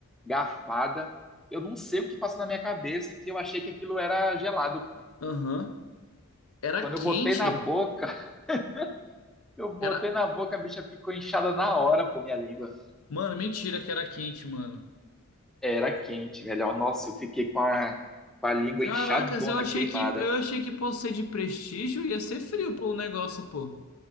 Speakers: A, in the centre; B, on the left.
A: garfada. Eu não sei o que passou na minha cabeça que eu achei que aquilo era gelado, pô.
B: Aham. Era
A: Quando
B: quente?
A: eu botei na boca, <laughs> eu botei
B: Era,
A: na boca, a bicha ficou inchada na hora, pô, minha língua.
B: Mano, mentira que era quente, mano.
A: Era quente, velho. Ó, Nossa, eu fiquei com a, com a língua
B: Caracas,
A: inchadona,
B: eu achei
A: queimada.
B: que eu achei que por ser de prestígio ia ser frio, pô, o negócio, pô.